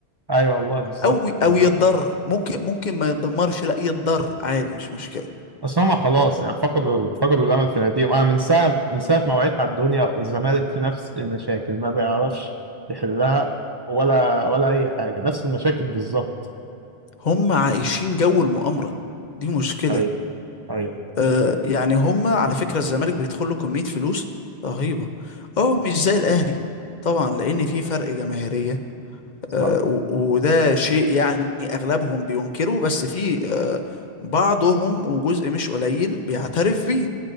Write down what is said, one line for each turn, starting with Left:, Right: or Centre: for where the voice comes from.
Right: أيوه والله بالظبط
Left: او
Right: بالظبط
Left: او يتضر ممكن ممكن ما يتدمرش لا يتضر عادي مش مشكلة
Right: بس هما خلاص يعني فقدوا فقدوا الامل في ناديهم انا من ساعه من ساعه ما وعيت على الدنيا والزمالك في نفس المشاكل ما بيعرفش يحلها ولا ولا اي حاجه نفس المشاكل بالظبط
Left: هم عايشين جو المؤامرة دي مشكلة
Right: ايوه ايوه
Left: آه يعني هم على فكرة الزمالك بيدخل له كمية فلوس رهيبة اه مش زي الاهلي طبعا لان في فرق جماهيرية
Right: صح
Left: آه، و- وده شيء يعني أغلبهم بينكره بس في آه، بعضهم وجزء مش قليل بيعترف بيه